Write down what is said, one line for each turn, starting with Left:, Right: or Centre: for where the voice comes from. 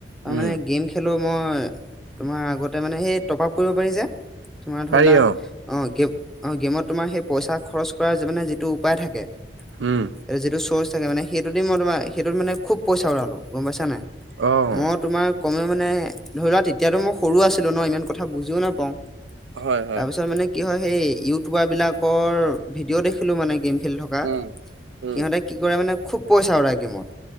Centre: অ
Right: উম,
Centre: মানে গেম খেলো মই তোমাৰ আগতে মানে সেই টপ আপ কৰিব পাৰি যে তোমাৰ
Right: পাৰি
Centre: ধৰি লোৱা
Right: অ',
Centre: অ' গেম অ' গেমত তোমাৰ সেই পইচা খৰচ কৰাৰ মানে যিটো উপায় থাকে
Right: উম
Centre: এ যিটো চৰ্চ থাকে মে সেইটো দি মই তোাৰ সেইটোত মান খুব পইচা উৰালো গম পাই
Right: অ',
Centre: মই তোমাৰ কমে মানে ধৰি লোৱা তেতিয়ো মই সৰু আছিলো ন ইমান কথা বুজিও নাপাও
Right: হয়, হয়,
Centre: তাৰ পিছত মানে কি হয় সেই ইউটিউবাৰ বিলাকৰ ভিডিঅ' দেখিলোঁ মানে গেম খেলি থকা
Right: উম, উম,
Centre: সিহতে কি কৰে মানে খুব পইচা উৰা গেমত